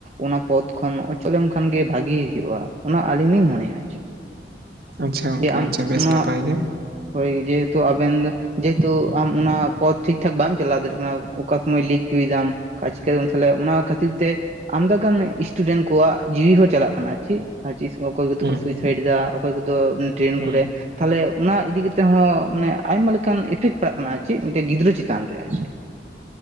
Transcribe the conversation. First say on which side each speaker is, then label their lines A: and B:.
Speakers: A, on the right; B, on the right.
A: ᱚᱱᱟ ᱯᱚᱫ ᱠᱷᱚᱱ ᱚᱪᱚ ᱞᱮᱢᱠᱷᱟᱱᱜᱤ ᱵᱷᱟᱜᱤᱭ ᱦᱩᱭᱩᱜᱼᱟ ᱚᱱᱟ ᱟᱹᱞᱤᱧ ᱞᱤᱧ ᱢᱚᱱᱮᱭᱟ ᱪᱮᱫ,
B: ᱟᱪᱪᱷᱟ ᱜᱚᱝᱠᱮ
A: ᱡᱮ ᱟᱢ
B: ᱟᱪᱪᱷᱟ ᱵᱮᱥ
A: ᱚᱱᱟ
B: ᱱᱟᱯᱟᱭ ᱜᱮ
A: ᱦᱳᱭ ᱡᱮᱦᱮᱛᱩ ᱟᱵᱮᱱ ᱫᱚ ᱡᱮᱦᱮᱛᱩ ᱟᱢ ᱚᱱᱟ ᱯᱚᱫ ᱴᱷᱤᱠ ᱴᱷᱟᱠ ᱵᱟᱢ ᱪᱟᱞᱟᱣ ᱫᱟᱲᱮᱭᱟᱜ ᱠᱟᱱᱟ ᱚᱠᱟ ᱥᱚᱢᱚᱭ ᱞᱤᱠ ᱦᱚᱪᱚᱭ ᱫᱟᱢ, ᱟᱨ ᱪᱤᱠᱟᱹ ᱫᱟᱢ ᱛᱟᱦᱚᱞᱮ ᱚᱱᱟ ᱠᱷᱟᱹᱛᱤᱨ ᱛᱮ ᱟᱢᱫᱟ ᱜᱟᱱ ᱤᱥᱴᱩᱰᱮᱱᱴ ᱠᱚᱣᱟᱜ ᱡᱤᱣᱤ ᱦᱚᱸ ᱪᱟᱞᱟᱜ ᱠᱟᱱᱟ ᱟᱨ ᱪᱮᱫ ᱟᱨ ᱪᱮᱫ, ᱚᱠᱚᱭ ᱠᱚᱫᱚ
B: ᱦᱩᱸ
A: ᱠᱚ ᱥᱩᱭᱥᱟᱭᱤᱰ ᱮᱫᱟ ᱚᱠᱚᱭ ᱠᱚᱫᱚ ᱴᱨᱮᱹᱱ
B: ᱦᱩᱸ
A: ᱠᱚᱨᱮ ᱛᱟᱦᱚᱞᱮ ᱚᱱᱟ ᱤᱫᱤ ᱠᱟᱛᱮ ᱦᱚᱸ ᱢᱟᱱᱮ ᱟᱭᱢᱟ ᱞᱮᱠᱟᱱ ᱤᱯᱷᱮᱠᱴ ᱯᱟᱲᱟᱜ ᱠᱟᱱᱟ ᱟᱨ ᱪᱮᱫ ᱮᱱᱛᱮ ᱜᱤᱫᱽᱨᱟᱹ ᱪᱮᱛᱟᱱ ᱨᱮ ᱟᱨ ᱪᱮᱫ, <unintelligible>